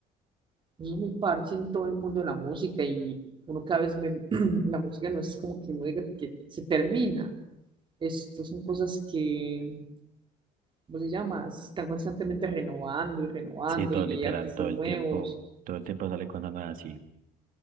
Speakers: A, on the right; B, on the right.
A: Eso es muy parche en todo el mundo de la música y uno cada vez ve, <clears throat> la música no es como que uno diga que se termina. Esto son cosas que, ¿cómo se llama? Se están constantemente renovando y renovando
B: Sí, todo
A: y
B: literal,
A: hay artistas
B: todo
A: nuevos.
B: el tiempo, todo el tiempo sale cosas nuevas. Y